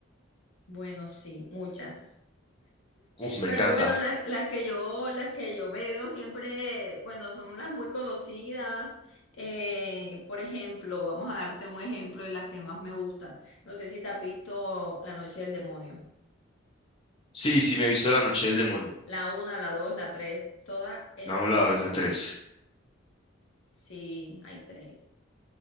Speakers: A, on the left (about 80°); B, on the left (about 25°).
A: Bueno, sí, muchas.
B: Uf, me
A: Pero
B: encanta.
A: bueno, las, las que yo, las que yo me veo siempre, bueno, son las muy conocidas. Eh, por ejemplo, vamos a darte un ejemplo de las que más me gustan. No sé si te has visto La Noche del Demonio.
B: Sí, sí, me he visto La Noche del Demonio.
A: La una, la dos, la tres, todas esas.
B: La 1, la 2, la 3.
A: Sí, hay tres.